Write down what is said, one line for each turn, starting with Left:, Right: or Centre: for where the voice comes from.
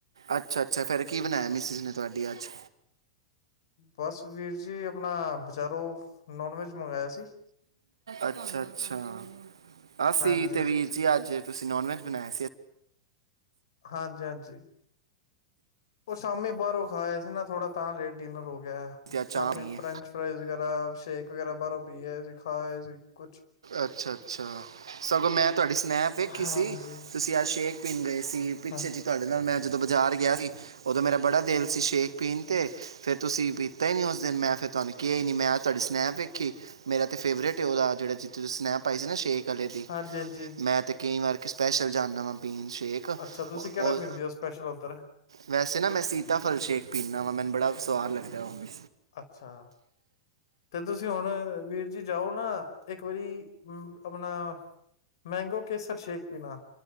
Right: ਅੱਛਾ-ਅੱਛਾ, ਫੇਰ ਕੀ ਬਣਾਇਆ ਮਿਸਿਜ ਨੇ ਤੁਹਾਡੀ ਅੱਜ।
Left: ਬਸ ਵੀਰ ਜੀ ਆਪਣਾ ਬਜ਼ਾਰੋਂ ਨੋਨ ਵੈਜ ਮੰਗਵਾਆ ਸੀ।
Right: ਅੱਛਾ-ਅੱਛਾ, ਅਸੀ
Left: ਹਾਂਜੀ
Right: ਤੇ ਵੀਰ ਜੀ ਅੱਜ ਤੁਸੀਂ ਨੋਨ ਵੈਜ ਬਣਾਇਆ ਸੀ।
Left: ਹਾਂਜੀ-ਹਾਂਜੀ। ਉਹ ਸ਼ਾਮੀ ਬਾਹਰੋਂ ਖਾਏ ਸੀ ਨਾ ਥੋੜਾ ਤਾਂ ਲੇਟ ਡਿਨਰ ਹੋ ਗਿਆ।
Right: ਅਸੀਂ ਤੇ ਅੱਜ
Left: ਸ਼ਾਮੀ
Right: ਚਾਹ ਪੀਣੀ ਹੈ
Left: ਫਰੈਂਚ ਫਰਾਈਜ਼ ਵਗੈਰਾ, ਸ਼ੇਕ ਵਗੈਰਾ ਬਾਹਰੋਂ ਪੀ ਆ ਸੀ ਖਾਏ ਸੀ ਕੁਛ।
Right: ਅੱਛਾ-ਅੱਛਾ, ਸਗੋਂ ਮੈਂ ਤੁਹਾਡੀ ਸਨੈਪ ਵੇਖੀ
Left: ਹਾਂਜੀ
Right: ਸੀ। ਤੁਸੀਂ ਅਜ ਸ਼ੇਕ ਪੀਨ ਗਏ ਸੀ ਪਿੱਛੇ
Left: ਹਾਂ
Right: ਜ ਤੁਹਾਡੇ ਨਾਲ ਮੈਂ ਜਦੋਂ ਬਾਜ਼ਾਰ ਗਿਆ ਸੀ ਉਦੋਂ ਮੇਰਾ ਬੜਾ ਦਿਲ ਸੀ ਸ਼ੇਕ ਪੀਣ ਤੇ, ਫੇਰ ਤੁਸੀਂ ਪੀ ਤਾਂ ਨਹੀਂ ਉਸ ਦਿਨ, ਮੈਂ ਫੇਰ ਤੁਹਾਨੂੰ ਕਿਹਾ ਈ ਨਹੀਂ ਮੈਂ ਅਜ ਤੁਹਾਡੀ ਸਨੈਪ ਵੇਖੀ। ਮੇਰਾ ਤੇ ਫੇਵਰੇਟ ਏ ਉਹਦਾ ਜਹੜਾ ਜਿੱਥੇ ਤੁਸੀਂ ਸਨੈਪ ਪਾਈ ਸੀ ਨਾ ਸ਼ੇਕ। ਕਲੇ ਦੀ,
Left: ਹਾਂਜੀ ਹਾਂਜੀ
Right: ਮੈਂ ਤੇ ਕਈ ਵਾਰ ਸਪੈਸ਼ਲ ਜਾਂਨਾ ਵਾਂ ਪੀਨ ਸ਼ੇਕ। ਉਹ- ਉਹ
Left: ਅੱਛਾ, ਤੁਸੀਂ ਕਿਹੜਾ ਪੀਂਦੇ ਹੋ ਸਪੈਸ਼ਲ ਉੱਧਰ?
Right: ਵੈਸੇ ਨਾ ਮੈਂ ਸੀਤਾ ਫਲ ਸ਼ੇਕ ਪੀਂਦਾ ਵਾਂ, ਮੈਨੂੰ ਬੜਾ ਸੁਆਦ ਲੱਗਦਾ ਉਹਵੇ।
Left: ਅੱਛਾ, ਤੇ ਤੁਸੀਂ ਹੁਣ ਵੀਰ ਜੀ ਜਾਓ ਨਾ ਇੱਕ ਵਾਰੀ ਅਮ ਆਪਣਾ ਮੈਂਗੋ ਕੇਸਰ ਸ਼ੇਕ ਪੀਣਾ,